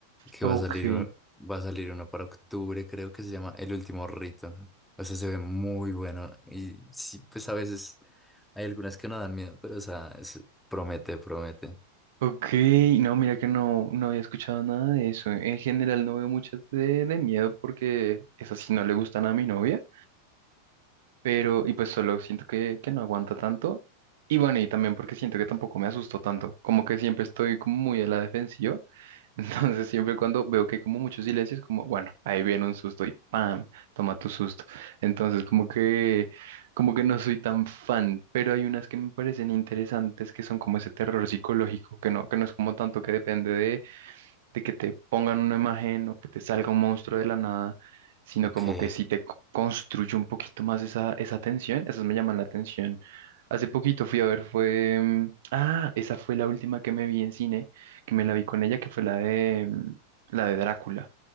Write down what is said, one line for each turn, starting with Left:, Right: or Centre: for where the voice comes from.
Centre: que
Right: Ok,
Centre: va a salir, u- va a salir uno para octubre, creo que se llama El Último Rito. O sea, se ve muy bueno y sí, pues a veces hay algunas que no dan miedo, pero o sea, es- promete, promete.
Right: ok. No, mira que no, no había escuchado nada de eso. En general no veo muchas de, de miedo porque esas sí no le gustan a mi novia. Pero, y pues solo siento que, que no aguanta tanto. Y bueno, y también porque siento que tampoco me asusto tanto. Como que siempre estoy como muy a la defensiva. <laughs> Entonces, siempre cuando veo que hay como mucho silencio, es como, bueno, ahí viene un susto y ¡pam! Toma tu susto. Entonces, como que, como que no soy tan fan, pero hay unas que me parecen interesantes que son como ese terror psicológico, que no, que no es como tanto que depende de, de que te pongan una imagen o que te salga un monstruo de la nada, sino
Centre: Ok.
Right: como que sí te co- construye un poquito más esa, esa tensión, esas me llaman la atención. Hace poquito fui a ver, fue... mm, Ah, esa fue la última que me vi en cine, que me la vi con ella, que fue la de, mm, la de Drácula,